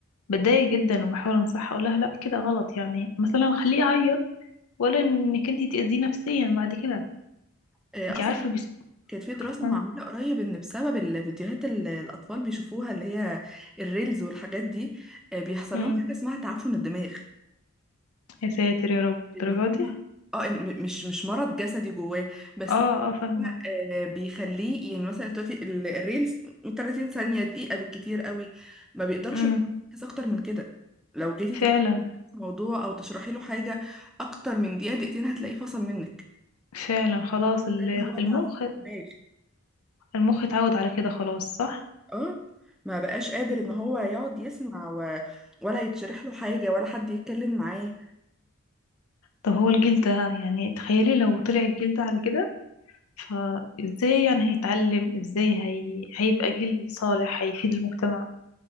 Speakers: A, on the left; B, in the centre.
A: بتضايق جدا وبحاول أنصحها أقول لها لأ كده غلط يعني مثلا خليه يعيط ولا إنك أنتي تأذيه نفسيا بعد كده
B: آه
A: أنتي
B: اصلا
A: عارفة بس
B: كانت في دراسة
A: آه.
B: معمولة قريب ان بسبب الفيديوهات اللي الاطفال بيشوفوها اللي هي الريلز والحاجات دي آه بيحصل
A: أمم.
B: لهم حاجة اسمها تعفن الدماغ
A: يا ساتر يا رب
B: ان
A: الدرجة
B: هو
A: دي
B: اه إن م- مش مش مرض جسدي جواه بس
A: اه اه فاهمة
B: هو آه، بيخليه يعني مثلا دلوقتي ال- الريلز 30 ثانية دقيقة بالكتير قوي ما بيقدرش
A: أمم.
B: إن هو يركز اكتر من كده لو جيتي
A: فعلا
B: تكتبي موضوع او تشرحي له حاجة اكتر من دقيقة دقيقتين هتلاقيه فصل منك
A: فعلا خلاص
B: هو
A: ال-
B: ده اللي هو
A: المخ
B: تعب في الدماغ
A: المخ اتعود على كده خلاص صح
B: اه ما بقاش قادر ان هو يقعد يسمع و... ولا يتشرح له حاجة ولا حد يتكلم معاه
A: طب هو الجيل ده يعني تخيلي لو طلع الجيل ده على كده فازاي يعني هيتعلم ازاي هي... هيبقى جيل صالح هيفيد المجتمع